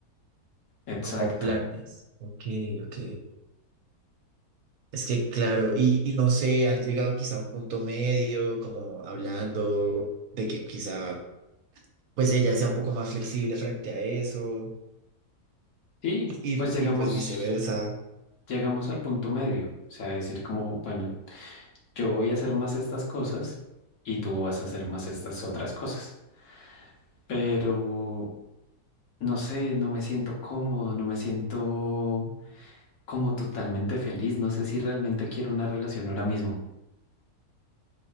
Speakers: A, on the left; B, on the right.
A: Exacto.
B: como planes. Ok, ok. Es que claro, y, y no sé, han llegado quizá a un punto medio, como hablando de que quizá pues ella sea un poco más flexible frente a eso
A: Y
B: y,
A: pues llegamos,
B: y pues viceversa.
A: llegamos al punto medio. O sea, decir como, bueno, yo voy a hacer más estas cosas y tú vas a hacer más estas otras cosas. Pero, no sé, no me siento cómodo, no me siento como totalmente feliz. No sé si realmente quiero una relación ahora mismo.